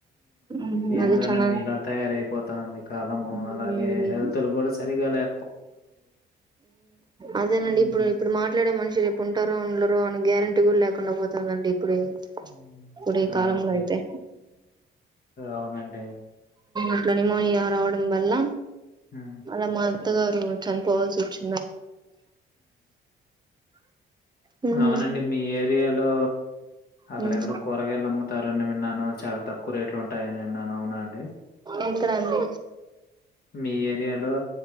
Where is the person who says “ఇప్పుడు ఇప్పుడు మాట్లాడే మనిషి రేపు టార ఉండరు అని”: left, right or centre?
Right